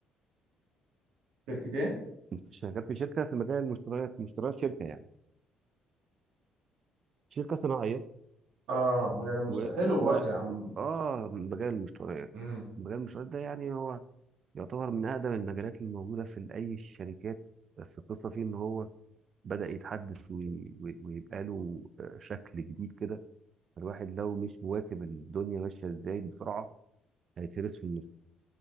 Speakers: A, on the right (about 80°); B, on the right (about 55°).
A: شركتين
B: ده. شغال في شركة في مجال المشتريات مشتريات شركة يعني شركة صناعية
A: اه مجال المشتري
B: و,
A: حلو
B: و... و...
A: برضه يا عم
B: اه مجال المشتريات
A: امم
B: مجال المشتريات ده يعني هو يعتبر من أقدم المجالات الموجودة في أي الشركات بس القصة فيه إن هو بدأ يتحدث وي- وي- ويبقى له آه، شكل جديد كده الواحد لو مش مواكب الدنيا ماشية إزاي بسرعة هيترس في النص